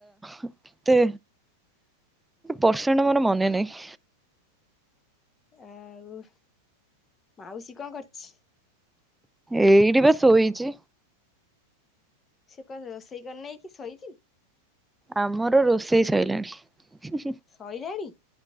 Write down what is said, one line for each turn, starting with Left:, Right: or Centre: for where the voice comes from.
Centre: କେତେ ପାର୍ଡସେଣ୍ଟ ମୋର ମନେ ନାହିଁ।
Left: ଆଉ ମାଉଷୀ କଣ କରଚି?
Centre: ଏଇଠି ବା ଶୋଇଚି।
Left: ସେ କଣ ରୋଷେଇ କରିନେଇଁ କି ଶୋଇଚି?
Centre: ଆମର ରୋଷେଇ ସଇଲାଣି।
Left: ସଇଲାଣି?